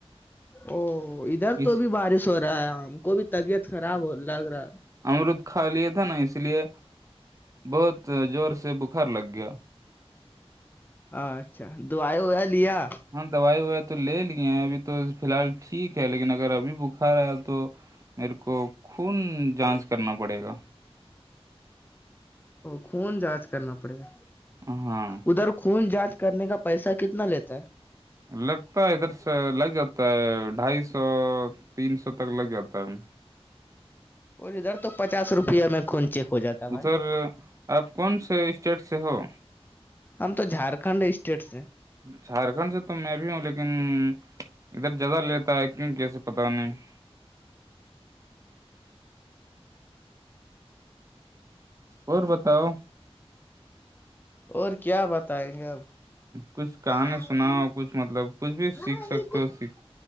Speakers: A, on the left; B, on the right.
A: او <inaudible> ادھر
B: اس
A: تو بھی بارش ہو رہا ہے ہم کو بھی طبیعت خراب ہو لگ رہا ہے
B: امرد کھا لیا تھا نا اس لیے بہت زور سے بخار لگ گیا <unintelligible>
A: اچھا دائی ویا لیا
B: ہاں دوائی وائی تو لے لیے ہیں ابھی تو فی الحال ٹھیک ہے لیکن اگر ابھی بخار آیا تو <unintelligible> میرے کو خون جانچ کرنا پڑے گا
A: خون جانچ کرنا پڑے گا
B: ہاں
A: ادھر خون جانچ کرنے کا پیسہ کتنا لیتا ہے
B: لگتا ہے ادھر سے لگ جاتا ہے ڈھائی سو تین سو تک لگ جاتا ہے
A: اور ادھر تو پچاس روپے میں کون چیک ہو جاتا بھائی
B: ادھر آپ کون سے اسٹیٹ سے ہو
A: ہم تو جھارکھنڈ اسٹیٹ سے
B: جھارکھنڈ سے تو میں بھی ہوں لیکن ادھر زیادہ لیتا ہے کیوں کیسے پت نہیں <inaudible> اور بتاؤ
A: اور کیا بتائیں گے اب
B: کچھ کہانی
A: ہ
B: سناؤ کچھ مطلب کچھ بھی
A: ہاں
B: سیکھ
A: یہ
B: سکتے ہو سیکھ۔